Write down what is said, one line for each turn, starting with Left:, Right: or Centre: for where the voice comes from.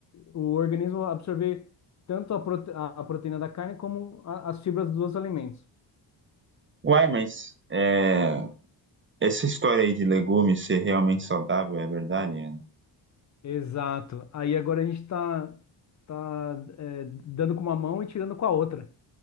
Left: o organismo absorver tanto a, prote- a- a proteína da carne como a- as fibras dos alimentos.
Right: uai, mas é, essa história aí de legumes ser realmente saudável é verdade, Ana?
Left: Exato. Aí agora a gente está tá, tá, eh, dando com uma mão e tirando com a outra.